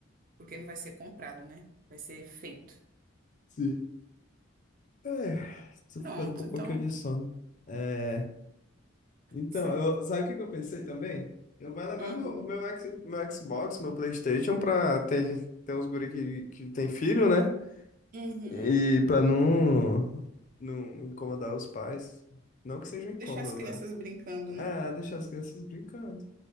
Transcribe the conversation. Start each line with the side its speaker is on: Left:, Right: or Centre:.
Right: Porque não vai ser comprado, né? Vai ser feito.
Left: Sim. É, tô
Right: Pronto,
Left: ficando com um
Right: então,
Left: pouquinho de sono. É, então,
Right: sim.
Left: eu, sabe o que que eu pensei também? Eu vou levar
Right: Uhum.
Left: meu, meu, X- meu Xbox, meu PlayStation pra ter, ter uns guri que, que tem filho, né?
Right: Uhum.
Left: E pra não. não incomodar os pais. Não que seja um incômodo,
Right: Deixar as crianças
Left: né?
Right: brincando,
Left: É,
Right: né?
Left: deixar as crianças brincando.